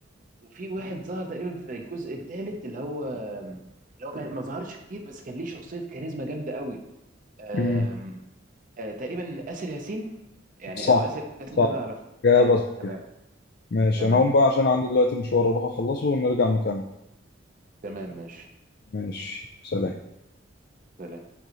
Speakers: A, on the right (about 40°); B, on the left (about 55°).
A: وفي واحد ظهر تقريبا في الجزء الثالث اللي هو اللي هو كان ما ظهرش كتير بس كان ليه شخصية كاريزما جامدة قوي أم...
B: م،
A: أه تقريبا آسر ياسين يعني
B: صح
A: او آسر ياسين
B: صح
A: ده اللي اعرفه
B: إجابة
A: ايوه
B: صحيحة
A: تمام
B: ماشي
A: تمام
B: انا هقوم بقى عشان عندي دلوقتي مشوار اروح اخلصه ونرجع نكمل
A: تمام ماشي
B: ماشي سلام
A: سلام